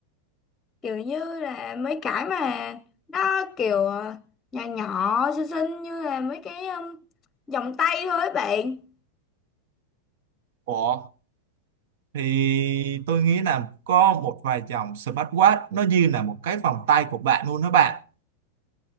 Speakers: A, on the left (about 20°); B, on the right (about 70°).
A: kiểu như là mấy cái mà nó kiểu ờ, nhỏ nhỏ xinh xinh như là mấy cái um, vòng tay thôi ấy bạn
B: Ủa, thì tôi nghĩ là có một vài dòng smartwatch nó như là một cái vòng tay của bạn luôn đó bạn